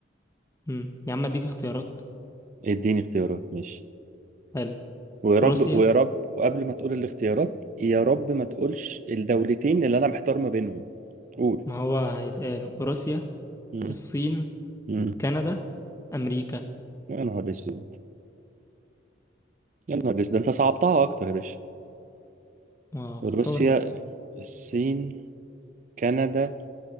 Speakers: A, on the left; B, on the right.
A: امم يا عم اديك اختيارات
B: اديني اختيارات ماشي
A: حلو
B: ويا رب
A: روسيا
B: ويا رب وقبل ما تقول الاختيارات يا رب ما تقولش الدولتين اللي انا محتار ما بينهم قول
A: ما هو هيتقال روسيا
B: مم.
A: الصين
B: مم.
A: كندا امريكا
B: يا نهار اسود يا نهار اسود ده انت صعبتها اكتر يا باشا
A: اه اختار
B: روسيا
A: بقى
B: الصين كندا